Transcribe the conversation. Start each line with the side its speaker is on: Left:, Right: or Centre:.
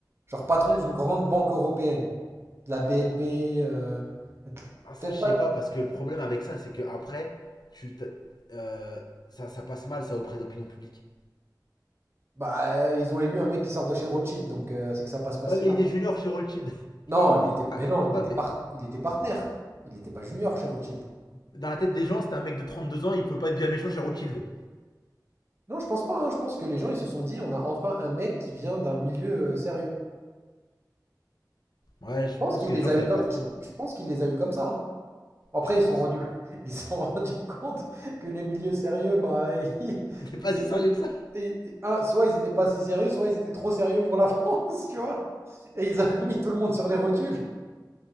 Right: genre patron
Left: Euh,
Right: d'une grande banque européenne. De la BNP. euh, de-
Left: Ah, ça,
Right: Peut-être
Left: je
Right: pas.
Left: sais pas, parce que le problème avec ça, c'est que après, tu euh, ça, ça passe mal, ça, auprès d'opinion publique.
Right: Bah, euh, ils ont élu un mec qui sort de chez Rothschild, donc euh, c'est que ça passe pas
Left: Ouais,
Right: si
Left: mais
Right: mal.
Left: il était
Right: hein.
Left: junior chez Rothschild.
Right: Non,
Left: <laughs> il
Right: il
Left: était
Right: était.
Left: pas,
Right: Mais
Left: il
Right: non,
Left: était
Right: il
Left: pas,
Right: était par... il était partenaire. Il n'était pas junior chez Rothschild.
Left: dans la tête des gens, c'était un mec de 32 ans, il pouvait pas être bien méchant chez Rothschild.
Right: Non, je pense pas. hein. Je pense que les gens, ils se sont dit, on a enfin un mec qui vient d'un milieu euh, sérieux.
Left: Ouais, je
Right: Je
Left: pense
Right: pense qu'il
Left: que
Right: les
Left: les gens
Right: a
Left: savaient
Right: eu comme.
Left: pas trop.
Right: Je
Left: de-
Right: je pense qu'il les a eu comme ça. hein. Après,
Left: Tu penses
Right: ils se sont rendus, <laughs> ils se sont rendus compte que les milieux sérieux, bah, <laughs> ils,
Left: C'était
Right: ils
Left: pas si
Right: étaient,
Left: sérieux que ça.
Right: et- et- ah, soit ils n'étaient pas si sérieux, soit ils étaient trop sérieux pour la <laughs> France, tu vois. Et ils ont mis tout le monde sur les rotules.